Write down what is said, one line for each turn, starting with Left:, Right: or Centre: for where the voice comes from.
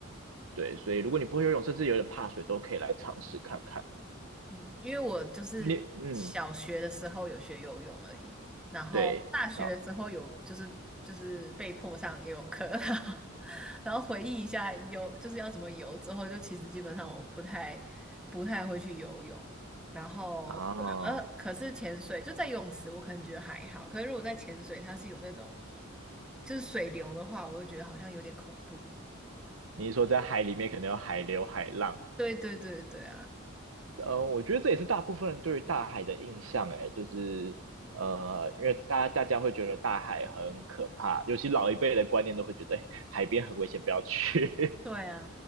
Right: 对，所以如果你不会游泳，甚至有点怕水，都可以来尝试看看。
Centre: 嗯，因为我就是小学的时候有学游泳而已，
Right: 你嗯，
Centre: 然后大学的时候有就是就是被迫上游泳课，
Right: 对啊
Centre: <laughs> 然后然后回忆一下游就是要怎么游之后，就其实基本上我不太不太会去游泳，然后对啊，
Right: 啊，
Centre: 呃，可是潜水就在游泳池，我可能觉得还好，可是如果在潜水，它是有那种就是水流的话，我就觉得好像有点恐怖。
Right: 你是说在海里面可能有海流、海浪，
Centre: 对对对对啊，
Right: 呃，我觉得这也是大部分人对于大海的印象，哎，就是呃，因为大大家会觉得大海很可怕，尤其老一辈的观念都会觉得，哎，海边很危险，不要去。
Centre: 对啊，